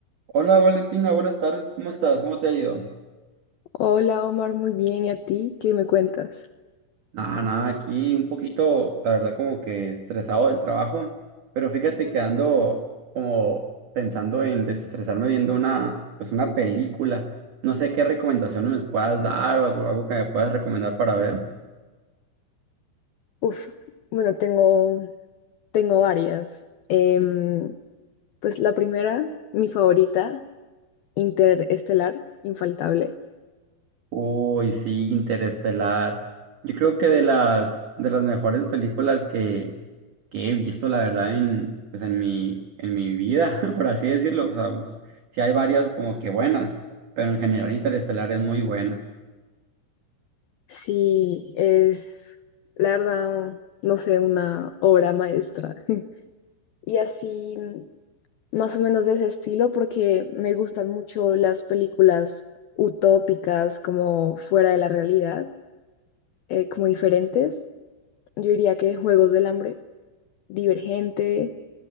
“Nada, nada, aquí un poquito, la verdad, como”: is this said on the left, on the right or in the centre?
Right